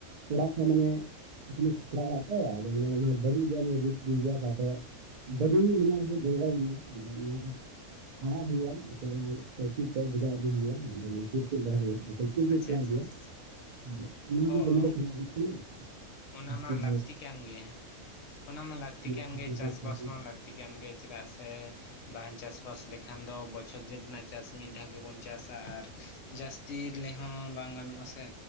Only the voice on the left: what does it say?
ᱟᱪᱪᱷᱟ
ᱟᱪᱪᱷᱟ
ᱟᱪᱪᱷᱟ
ᱦᱚᱸ
ᱚᱱᱟ
ᱢᱟ
ᱞᱟᱹᱠᱛᱤ ᱠᱟᱱ ᱜᱮᱭᱟ ᱚᱱᱟ ᱢᱟ ᱞᱟᱹᱠᱛᱤ ᱠᱟᱱ
ᱜᱮ ᱪᱟᱥ
ᱵᱟᱥ ᱢᱟ ᱞᱟᱹᱠᱛᱤ ᱠᱟᱱ ᱜᱮ ᱪᱮᱫᱟᱜ ᱥᱮ ᱵᱟᱝ ᱪᱟᱥᱵᱟᱥ ᱞᱮᱠᱷᱟᱱ ᱫᱚ ᱵᱚᱪᱷᱚᱨ ᱫᱤᱱ ᱨᱮᱱᱟᱜ ᱪᱟᱥ ᱢᱤᱫ ᱫᱷᱟᱣ ᱜᱮᱵᱚᱱ ᱪᱟᱥᱟ ᱟᱨ ᱡᱟᱹᱥᱛᱤ ᱨᱮᱦᱚᱸ ᱵᱟᱝ ᱜᱟᱱᱚᱜᱼᱟ ᱥᱮ᱾